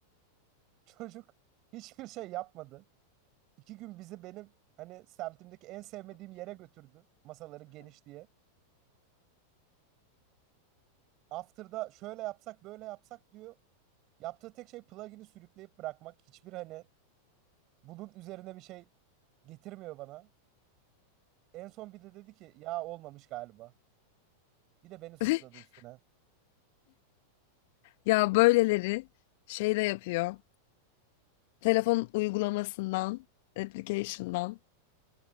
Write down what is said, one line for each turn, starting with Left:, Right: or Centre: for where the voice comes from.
Right: <laughs> Çocuk hiçbir şey yapmadı. İki gün bizi benim hani semtimdeki en sevmediğim yere götürdü. Masaları geniş diye. After'da şöyle yapsak böyle yapsak diyor. Yaptığı tek şey plugin'i sürükleyip bırakmak. Hiçbir hani bunun üzerine bir şey getirmiyor bana. En son bir de dedi ki ya olmamış galiba. Bir de beni suçladı
Left: <laughs>
Right: üstüne.
Left: Ya böyleleri şey de yapıyor. Telefon uygulamasından, application'dan